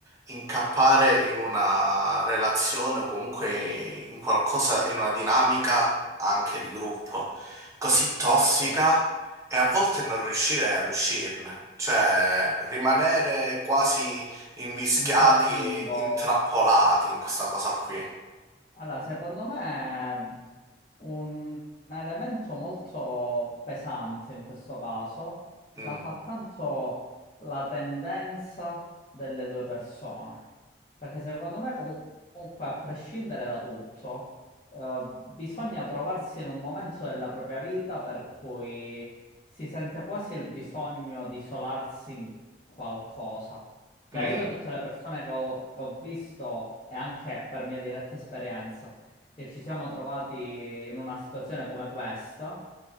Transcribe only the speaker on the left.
tossica,
in quel limbo.
Allora, secondo me un elemento molto pesante in questo caso
la fa tanto la tendenza delle due persone, perché secondo me comu- comunque a prescindere da tutto, eh, bisogna trovarsi in un momento della propria vita per cui si sente quasi il bisogno di isolarsi in qualcosa. Cioè,
io tutte le persone che ho, che ho visto, e anche per mia diretta esperienza, che ci siamo trovati in una situazione come questa,